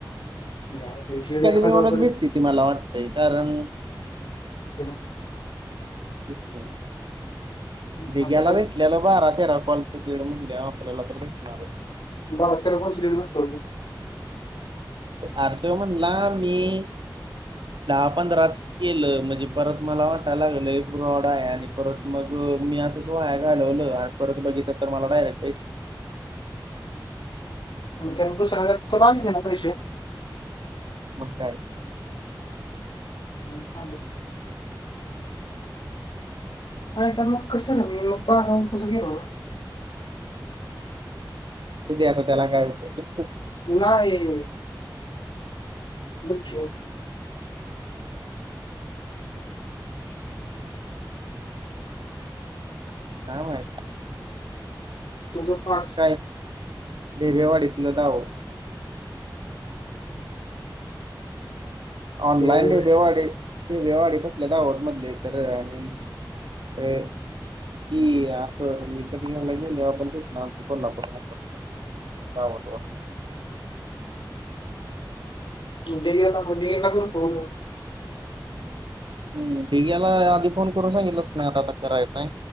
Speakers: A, on the left; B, on the right.
A: हा दीड एक हजार
B: मिळूनच
A: पर्यंत,
B: भेटते ती मला वाटतंय कारण
A: <unintelligible>
B: तेच की.
A: ना
B: बिग्याला
A: आपल्याला
B: भेटलेलं बारा तेरा कॉलच दीड म्हणल्याव, आपल्याला तर भेटणारच.
A: <unintelligible>
B: आर त्यो म्हणला मी, दहा पंधराच केलं. म्हणजे परत मला वाटय लागलं फ्रॉड आहे आणि परत मग मी असंच वाया घालवलं परत बघितल तर मला डायरेक्ट पै
A: <unintelligible> पैसे
B: मग काय.
A: ह् <unintelligible> अ मग कसं ना मी मग पार राहून कसं गेलो ना.
B: असुदे आता त्याला काय होतत
A: नाही ये, बकी.
B: काय माहीत.
A: तुझं पाच.
B: काय ढेरेवाडीतन जावू. ऑनलाईन
A: डेगेला
B: ढेरेबवाडी. ढेरेवाडी बसल्या दाहोर मधले तर आणि अ. ही आपण विकत घ्यायला गेल्यावर <inaudible> हो, हो.
A: डे लाग डे लागून प <unintelligible>
B: हम् दिग्याला आधी फोन करून सांगितलंच नाही आता, आता करायचंय